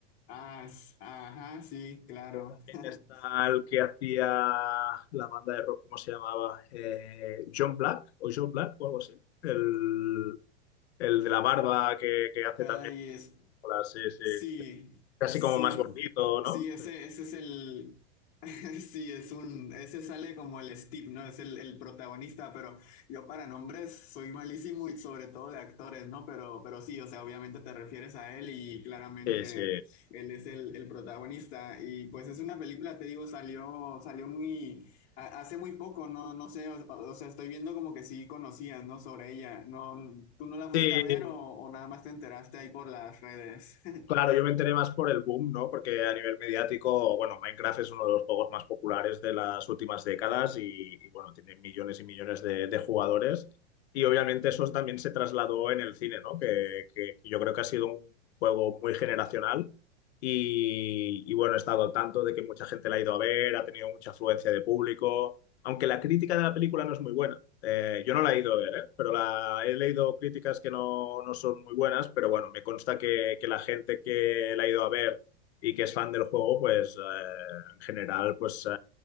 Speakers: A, on the left; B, on the left.
A: Ah, s- ajá, sí, claro.
B: También
A: <laughs>
B: está el que hacía la banda de rock, ¿cómo se llamaba? Eh, John Black o John Black o algo así. El, el de la barba que, que hace
A: Ay,
B: también.
A: es,
B: Sí, sí.
A: Sí,
B: Casi
A: sí,
B: como más
A: ju-
B: gordito, ¿no?
A: sí, ese, ese es el, <laughs> sí, es un, ese sale como el Steve, ¿no? Es el, el protagonista, pero yo para nombres soy malísimo y sobre todo de actores, ¿no? Pero, pero sí, o sea, obviamente te refieres a él y claramente
B: Sí, sí.
A: él es el, el protagonista y pues es una película, te digo, salió, salió muy, a- hace muy poco, no, no sé, o, o sea, estoy viendo como que sí conocías, ¿no? Sobre ella, ¿no? ¿Tú no la fuiste
B: Sí,
A: a ver o, o nada más te enteraste ahí por las redes?
B: Claro,
A: <laughs>
B: yo me enteré más por el boom, ¿no? Porque a nivel mediático, bueno, Minecraft es uno de los juegos más populares de las últimas décadas y, y, bueno, tiene millones y millones de, de jugadores. Y obviamente eso también se trasladó en el cine, ¿no? Que, que yo creo que ha sido un juego muy generacional y, y, bueno, he estado al tanto de que mucha gente la ha ido a ver, ha tenido mucha afluencia de público aunque la crítica de la película no es muy buena. Eh, yo no la he ido a ver, ¿eh? pero la, he leído críticas que no, no son muy buenas, pero bueno, me consta que, que la gente que la ha ido a ver y que es fan del juego, pues eh, en general, pues eh,